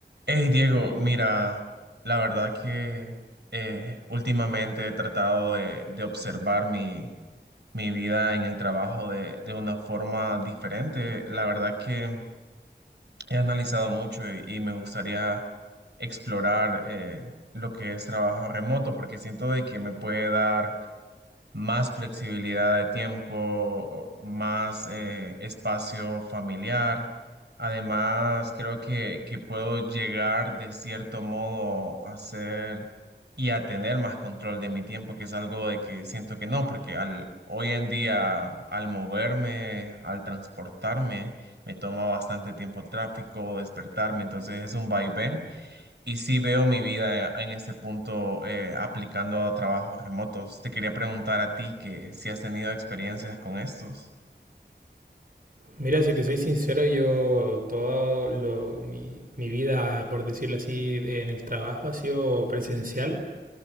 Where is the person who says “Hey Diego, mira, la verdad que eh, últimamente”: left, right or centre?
Right